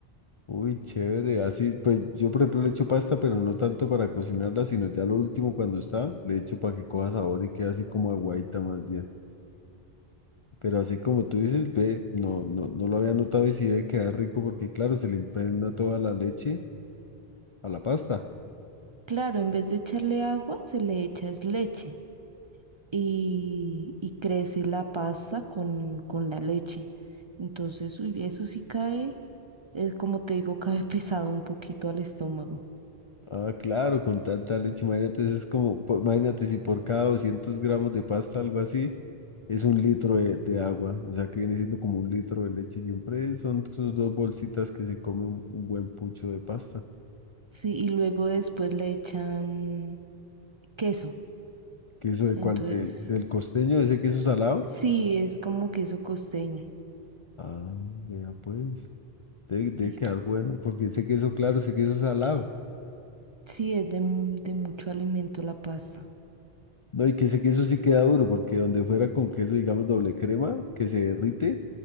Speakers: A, on the left; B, on the right.
A: Uy, chévere. Así, pues yo por ejemplo le echo pasta, pero no tanto para cocinarla, sino ya lo último cuando está, le echo para que coja sabor y quede así como aguaita más bien. Pero así como tú dices, ve, no, no, no lo había notado y sí debe quedar rico porque claro, se le impregna toda la leche a la pasta.
B: Claro, en vez de echarle agua, se le echa es leche. y, y crece la pasta con, con la leche. Entonces, uy, eso sí cae, es como te digo, <laughs> cae pesado un poquito al estómago.
A: Ah, claro, con tanta leche, imagínate, eso es como, po- imagínate si por cada 200 gramos de pasta, algo así, es un litro de, de agua, o sea que viene siendo como un litro de leche, siempre son sus dos bolsitas que se come un, un buen pucho de pasta.
B: Sí, y luego después le echan queso.
A: ¿Queso de
B: Entonces,
A: cuál? ¿Del, del costeño, ese queso salado?
B: sí, es como queso costeño.
A: Ah, vea pues, debe, debe
B: Y
A: quedar bueno, porque ese queso, claro, ese queso salado,
B: sí, es de, mu- de mucho alimento la pasta.
A: no, y que ese queso sí queda duro, porque donde fuera con queso, digamos, doble crema, que se derrite,